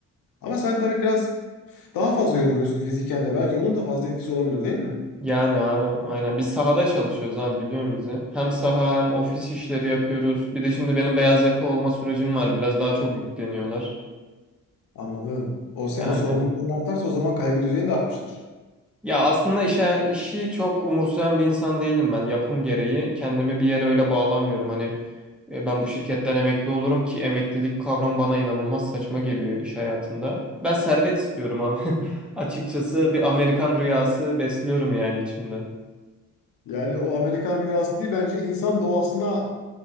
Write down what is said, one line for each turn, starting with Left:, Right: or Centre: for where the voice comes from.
Left: Ama sen tabii biraz daha fazla yoruluyorsun fiziken de. Belki onun da fazla etkisi olabilir değil mi?
Centre: Yani a- aynen biz sahada çalışıyoruz abi biliyorum bizi. Hem saha hem ofis işleri yapıyoruz. Bir de şimdi benim beyaz yaka olma sürecim var. Biraz daha çok yükleniyorlar.
Left: Anladım. O senin
Centre: Yani
Left: sorumlulukların artarsa o zaman kaygı düzeyin de artmıştır.
Centre: ya aslında işe işi çok umursayan bir insan değilim ben yapım gereği. Kendimi bir yere öyle bağlamıyorum. Hani e, ben bu şirketten emekli olurum ki emeklilik kavramı bana inanılmaz saçma geliyor iş hayatında. Ben servet istiyorum abi. <laughs> Açıkçası bir Amerikan rüyası besliyorum yani içimde.
Left: Yani o Amerikan rüyası değil bence insan doğasına